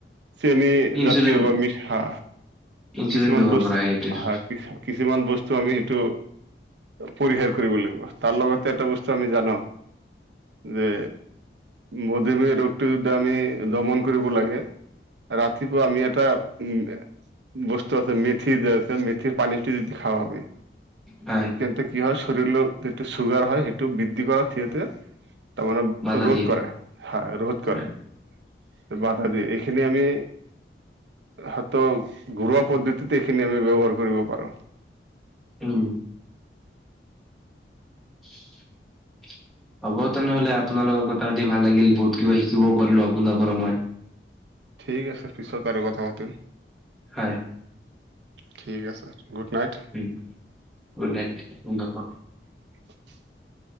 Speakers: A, on the right (about 80°); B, in the centre.
A: চেনিজাতীয়
B: ইনচুলিন
A: বা মিছহা
B: ইনচুলিন
A: কিছুমান
B: ব্যৱহাৰ
A: বচ
B: কৰা এইটোৰ,
A: হয়, কিছু কিছুমান বচ চ আমি সেইটো পৰিহাৰ কৰিব লাগিব। তাৰ লগতে এটা বস্তু আমি জানো যে মধুমেহ ৰোগটো যদি আমি দমন কৰিব লাগে ৰাতিপুৱা আমি এটা উম বস্তু আছে মেথি যে আছে মেথিৰ পানীটো যদি খাওঁ আমি
B: হয়।
A: তেন্তে কি হয় চৰীৰ <unintelligible> যিটো চুগাৰ হয় সেইটো বৃদ্ধি কৰাত সিঁহতে তাৰ মানে
B: বাধা
A: ৰোধ
B: দিয়ে।
A: কৰে। হয়, ৰোধ কৰে।
B: হয়।
A: বাধা দিয়ে। এইখিনি আমি হতো ঘৰুৱা পদ্ধ তাতে এইখিনি আমি ব্যৱহাৰ কৰিব পাৰোঁ।
B: উম, <inaudible> হ'ব তেনেহ'লে, আপোনাৰ লগত কথা পাতি ভাল লাগিল। বহুত কিবা শিকিবও পাৰিলো আপোনাৰ পৰা মই।
A: ঠিক আছে পিছত আৰু কথা পাতিম।
B: হয়।
A: ঠিক আছে, গুড নাইট।
B: উম, গুড নাইট <unintelligible>
A: <inaudible>